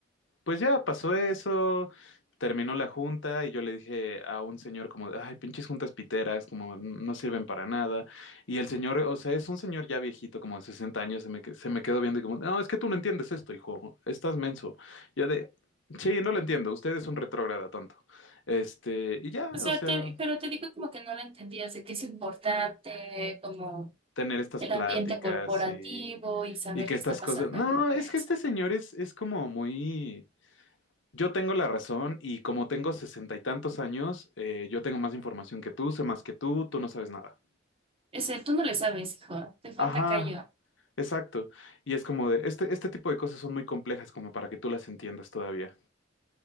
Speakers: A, on the left (about 75°); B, on the right (about 30°).
A: Pues ya pasó eso, terminó la junta y yo le dije a un señor como, de, ay, pinches juntas piteras, como n- no sirven para nada. Y el señor, o sea, es un señor ya viejito, como de 60 años, se me, que- se me quedó viendo y como, no, es que tú no entiendes esto, hijo, estás menso. Yo de, sí, no lo entiendo, usted es un retrógrada tonto. Este, y ya,
B: O sea,
A: o sea,
B: te, pero te digo como que no lo entendías de que es importante, como
A: tener estas
B: el
A: pláticas
B: ambiente corporativo
A: y,
B: y saber
A: y que
B: qué
A: estas
B: está pasando
A: cosas, no,
B: en la empresa.
A: es que este señor es, es como muy... Yo tengo la razón y como tengo sesenta y tantos años, eh, yo tengo más información que tú, sé más que tú, tú no sabes nada.
B: Ese, tú no le sabes, hijo, te falta
A: Ajá,
B: callo.
A: exacto. Y es como de, este, este tipo de cosas son muy complejas como para que tú las entiendas todavía.